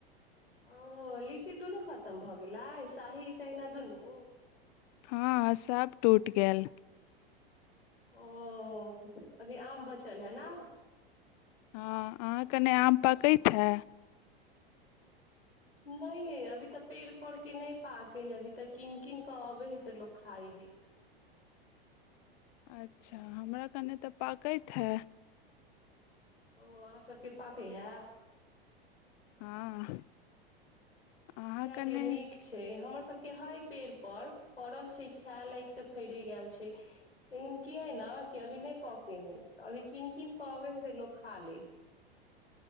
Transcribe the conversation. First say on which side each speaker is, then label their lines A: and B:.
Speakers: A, on the left; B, on the left.
A: ओ लीची दुनू खतम भऽ गेल गेलाइ साही चैना दुनु
B: हँ सभ टूटि गेल
A: ओ अभी आम बचल है ना
B: हँ अहाँ केँ नै आम पकैत हए
A: नहि यै अभी तऽ पेड़ पर के नहि पाके है अभी तऽ कीन कीन कऽ अबे है तऽ लोक खाइ है
B: अच्छा हमरा कनि तऽ पाकैत हइ
A: ओ अहाँ सबके पाके है
B: हँ अहाँ
A: जाए
B: कने
A: दियौ नीक छै हमर सब के हे पेड़ पर फड़ल छै खाय लक तऽ फड़े गेल छै लेकिन की हे न कि अभी नहि पके है अभी किन किन पवै है तो लोक खा ले